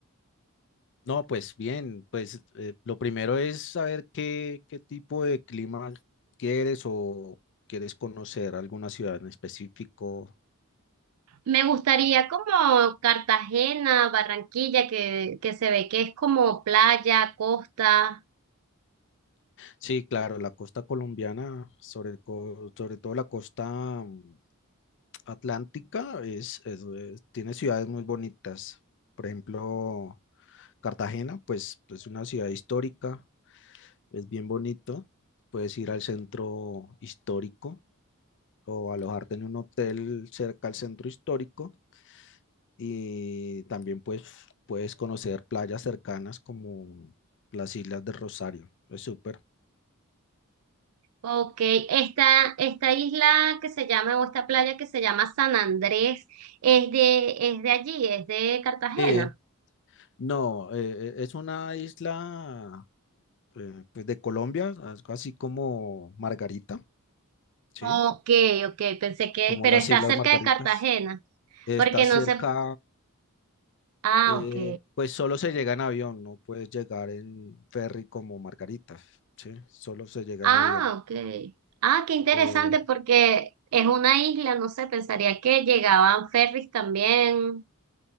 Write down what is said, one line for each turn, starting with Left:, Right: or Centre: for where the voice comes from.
Left: No, pues bien, pues eh, lo primero es saber qué, qué tipo de clima quieres o quieres conocer alguna ciudad en específico.
Right: Me gustaría como Cartagena, Barranquilla, que, que se ve que es como playa, costa.
Left: Sí, claro, la costa colombiana, sobre, co- sobre todo la costa mm, atlántica, es, es, eh, tiene ciudades muy bonitas. Por ejemplo, Cartagena, pues es una ciudad histórica, es bien bonito. Puedes ir al centro histórico o alojarte en un hotel cerca al centro histórico y también pues puedes conocer playas cercanas como las Islas de Rosario. Es súper.
Right: Ok, esta, esta isla que se llama, o esta playa que se llama San Andrés, es de, es de allí, es de Cartagena.
Left: sí no, eh, eh, es una isla eh, pues de Colombia, algo así como Margarita, ¿sí?
Right: Ok, ok, pensé que,
Left: Como
Right: pero
Left: las
Right: está
Left: Islas
Right: cerca
Left: Margaritas.
Right: de Cartagena,
Left: Está
Right: porque
Left: cerca,
Right: no sé, ah,
Left: eh,
Right: ok,
Left: pues solo se llega en avión, no puedes llegar en ferry como Margaritas, ¿sí? Solo se llega
Right: ah,
Left: en avión.
Right: ok, ah, qué interesante,
Left: Eh,
Right: porque es una isla, no sé, pensaría que llegaban ferries también.